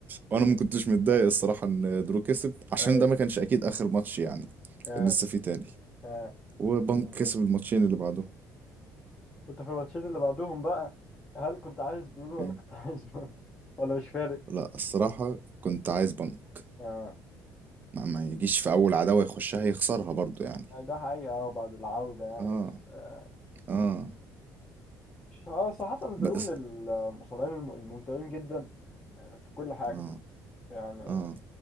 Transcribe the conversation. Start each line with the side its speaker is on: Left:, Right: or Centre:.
Right: وانا ما كنتش متضايق الصراحه ان درو كسب عشان
Left: آه
Right: ده ما كانش اكيد اخر ماتش يعني
Left: آه
Right: كان لسه في تاني
Left: آه
Right: وبنك كسب الماتشين اللي بعده
Left: كنت في الماتشين اللي بعدهم بقى هل كنت عايز دول ولا
Right: إيه؟
Left: كنت <laughs> عايز دول ولا مش فارق
Right: لا الصراحه كنت عايز بنك
Left: اه
Right: ما, ما يجيش في اول عداوه يخشها يخسرها برضو يعني
Left: ده حقيقة اه بعد العودة يعني
Right: اه
Left: بس اه
Right: اه
Left: آه، صراحة درو
Right: بس
Left: من المصارعين الم- الممتعين جدا آه، في كل حاجة
Right: اه
Left: يعني
Right: اه